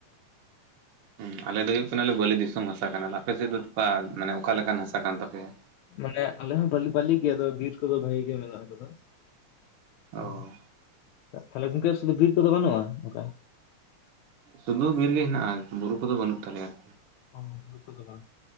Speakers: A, on the right (about 65°); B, on the left (about 80°).
A: ᱦᱮᱸ ᱟᱞᱮ ᱫᱚ ᱦᱩᱭᱩᱜ ᱠᱟᱱᱟᱞᱮ ᱵᱟᱹᱞᱤ ᱫᱤᱥᱚᱢ ᱦᱟᱥᱟ ᱠᱟᱱᱟᱞᱮ ᱟᱯᱮᱥᱮᱫ ᱫᱚ ᱚᱠᱟ ᱢᱟᱱᱮ ᱚᱠᱟ ᱞᱮᱠᱟᱱ ᱦᱟᱥᱟ ᱠᱟᱱ ᱛᱟᱯᱮᱭᱟ?
B: ᱢᱟᱱᱮ ᱟᱞᱮ ᱦᱚᱸ ᱵᱟᱹᱞᱤ ᱵᱟᱹᱞᱤ ᱜᱮᱭᱟ ᱵᱤᱨ ᱠᱚᱫᱚ ᱵᱷᱟᱜᱤ ᱜᱮ ᱢᱮᱱᱟᱜ ᱟᱠᱟᱫᱟ᱾
A: ᱚ
B: ᱦᱮᱸ ᱛᱟᱦᱞᱮ ᱜᱚᱝᱠᱮ ᱥᱩᱫᱩ ᱵᱤᱨ ᱠᱚᱫᱚ ᱵᱟᱹᱱᱩᱜᱼᱟ ᱟᱝᱠᱟ᱾
A: ᱥᱩᱫᱩ ᱵᱤᱨ ᱜᱮ ᱦᱮᱱᱟᱜᱼᱟ ᱵᱩᱨᱩ ᱠᱚᱫᱚ ᱵᱟᱹᱱᱩᱜ ᱛᱟᱞᱮᱭᱟ ᱟᱨ
B: ᱚᱦᱚ ᱵᱩᱨᱩ ᱠᱚᱫᱚ ᱵᱟᱝ᱾